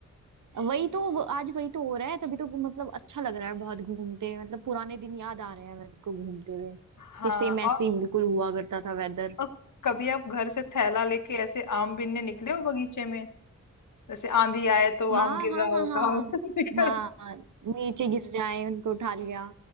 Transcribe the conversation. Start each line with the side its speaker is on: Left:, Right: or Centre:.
Right: वही तो वो- आज वही तो हो रहा है तभी तो मतलब अच्छा लग रहा है बहुत घूमते मतलब पुराने दिन याद आ रहे हैं मेरे को घूमते हुए
Left: हाँ
Right: कि सेम ऐसे
Left: और,
Right: ही बिल्कुल हुआ करता था वेदर
Left: और कभी आप घर से थैला लेके ऐसे आम बीनने निकले हो बगीचे में जैसे आंधी आए तो
Right: हाँ
Left: आम गिर
Right: हाँ
Left: रहा
Right: हाँ
Left: होगा
Right: हाँ
Left: <laughs>
Right: हाँ नीचे गिर जाए उनको उठा लिया